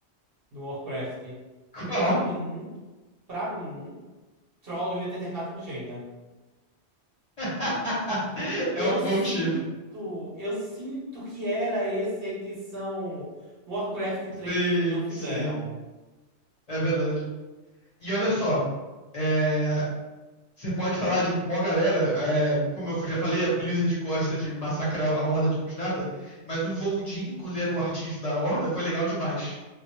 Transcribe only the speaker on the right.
no Warcraft.
Que pra mim, pra mim, Troll deveria ter terminado com Jaina.
Eu
sinto,
eu sinto que era esse a intenção no Warcraft 3
e eles não fizeram.
Uhum.